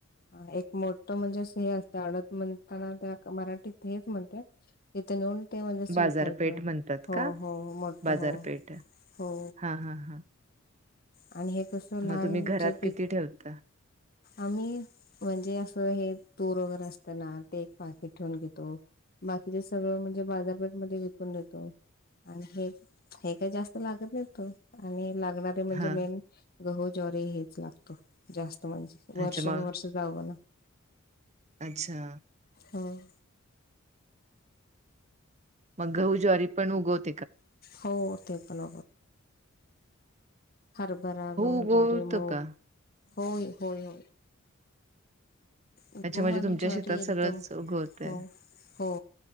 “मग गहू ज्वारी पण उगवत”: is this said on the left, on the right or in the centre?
Right